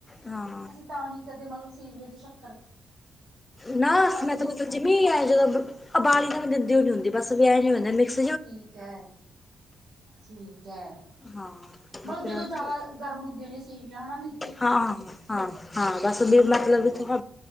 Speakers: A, on the left; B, on the right.
A: ਹਾਂ।
B: ਤਾਂ ਹੀ ਕਦੇ ਮਲਬ ਸੇਵੀਆਂ ਦੀ ਸ਼ਕ
A: ਨਾ ਮੈਂ
B: ਦੇਖਾਂਗੇ
A: ਤ ਮਤਲਬ ਜਿਮੀਂ ਆਈ ਜਬ ਅਬਾਲੀਆ ਵੀ ਦਿੰਦੀ ਨੀ ਹੁੰਦੀ ਬਸ ਵੀ ਐ ਨੀ ਹੁੰਦਾ ਮਿਸ
B: ਠੀਕ ਐ। ਠੀਕ ਐ।
A: ਹਾਂ
B: ਮਤਲਬ
A: ਵੀ ਫਿਰ
B: ਜਦੋਂ ਜਾਦਾ
A: ਠੀਕ
B: ਗਰਮ ਹੁੰਦੀਆ ਨੇ ਸੇਵੀਆਂ ਹਨਾ ਨੀ।
A: ਹਾਂ ਹਾਂ ਹਾਂ ਬਸ। ਬੀ
B: ਕਰਦੇ
A: ਮਤਲਬ ਏਥੇ
B: ਬਸ